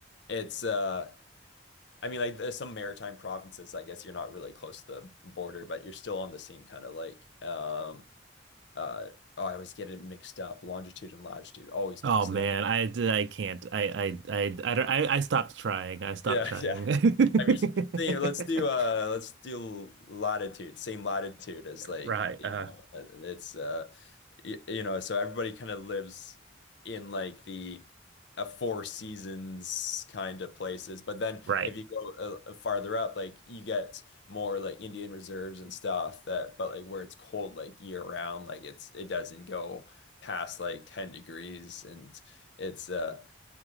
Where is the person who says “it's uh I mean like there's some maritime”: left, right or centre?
Left